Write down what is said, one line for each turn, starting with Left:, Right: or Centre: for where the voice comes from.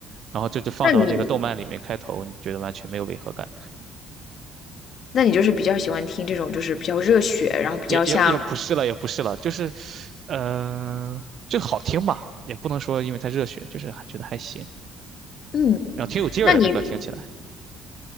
Right: 然后这就放到那个动漫里面开头，
Left: 那你
Right: 你觉得完全没有违和感。
Left: 那你就是比较喜欢听这种就是比较热血，然后比较像
Right: 也也也不是了，也不是了，就是，嗯、就好听吧，也不能说因为太热血，就是还觉得还行，
Left: 嗯，
Right: 然后挺有劲儿的这歌听起来
Left: 那你